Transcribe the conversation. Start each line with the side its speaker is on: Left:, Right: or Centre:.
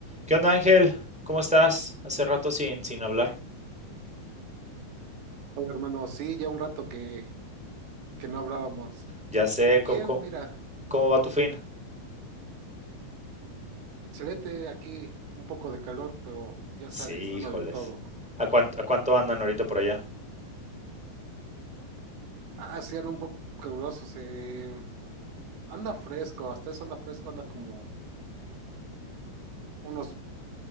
Centre: ¿Qué onda, Ángel? ¿Cómo estás? Hace rato sin, sin hablar.
Right: Hola, hermano, sí, ya un rato que, que no hablábamos.
Centre: Ya
Right: Pe-
Centre: sé, ¿cómo,
Right: Bien,
Centre: cómo-
Right: mira,
Centre: cómo va tu fin?
Right: excelente aquí, un poco de calor, pero ya
Centre: Sí,
Right: sabes, dándole
Centre: híjoles.
Right: todo.
Centre: ¿A cuánto, a cuánto andan ahorita por allá?
Right: Ah, sí, anda un poco caluroso, se anda fresco, hasta eso anda fresco, anda como unos